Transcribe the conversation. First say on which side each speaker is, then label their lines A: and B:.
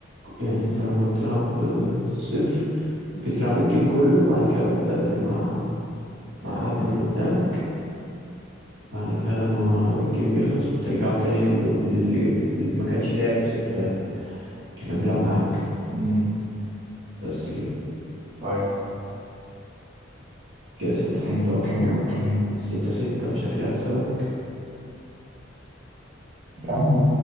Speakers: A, on the right; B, on the right.
A: يعني انت لما بتلعب آه، سيرف بتلعب الجيم كله وبعد كده بتبدل مع مع حد من قدامك بعد كده لما الجيم بيخلص بترجعوا تاني لل- للي اللي ما كانش لعب سيرفات اللي كان بيلعب معاك
B: امم
A: بس كده
B: ايوه
A: كده ستة ستة
B: مم، اوكي
A: و...
B: اوكي
A: ستة ستة وشكلي أكسبك
B: يا عم